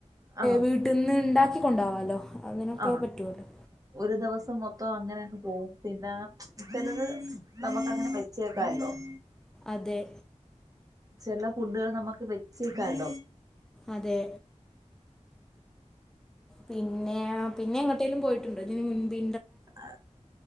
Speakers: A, on the right; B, in the centre.
A: ആഹ്
B: വീട്ടിൽന്ന് ഉണ്ടാക്ക കൊൊണ്ടാവാല്ലോ അതിനൊക്കെ
A: ആഹ്
B: പറ്റുവല്ലോ
A: ഒരു ദിവസം മൊത്തം അങ്ങനെക്കെ പോകും പിന്നെ ഇ ചെലത് നമുക്ക് അങ്ങനെ മെച്ചേക്കാല്ലോ <inaudible>
B: അതെ
A: ചെല ഫുഡുകൾ നമ്മുക്ക് വെച്ചേക്കാല്ലോ
B: അതെ പിന്നെ പിന്നെ എങ്ങോട്ടേലും പോയിട്ടുണ്ടോ ഇതിന് മുൻപി
A: ആ